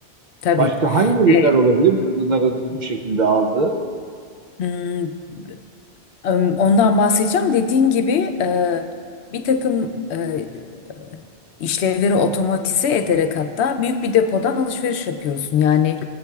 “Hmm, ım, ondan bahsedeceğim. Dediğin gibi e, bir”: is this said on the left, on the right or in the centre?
Left